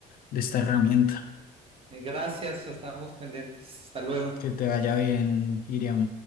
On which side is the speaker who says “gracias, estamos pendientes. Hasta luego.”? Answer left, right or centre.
Right